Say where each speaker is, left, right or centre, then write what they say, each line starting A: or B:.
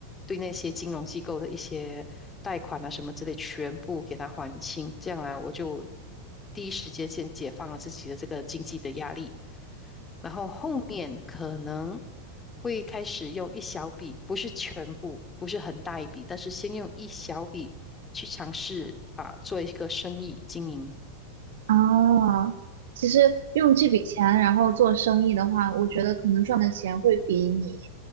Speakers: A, on the left; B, on the right.
A: 对那些金融机构的一些贷款啊什么之类，全部给他还清，这样来我就第一时间先解放了自己的这个经济的压力，然后后面可能。会开始用一小笔，不是全部，不是很大一笔，但是先用一小笔去尝试啊，做一个生意经营。
B: 啊，其实用这笔钱然后做生意的话，我觉得可能赚的钱会比你